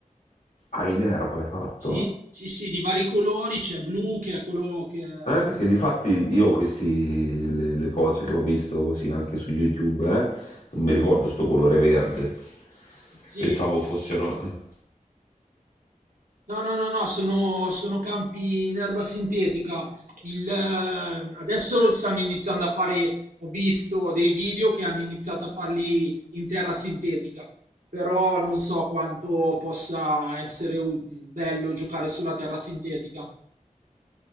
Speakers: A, on the left; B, on the right.
A: Ah, in erba hai fatto?
B: Sì, sì, sì, di vari colori, c'è blu che è quello che è...
A: Eh, perché di fatti io questi, le, le cose che ho visto così anche su YouTube, eh, non mi ricordo sto colore verde,
B: Sì,
A: pensavo fossero... eh.
B: no, no, no, no, sono, sono campi in erba sintetica. Il, eh, adesso stanno iniziando a fare, ho visto dei video che hanno iniziato a farli in terra sintetica, però non so quanto possa essere ut- bello giocare sulla terra sintetica.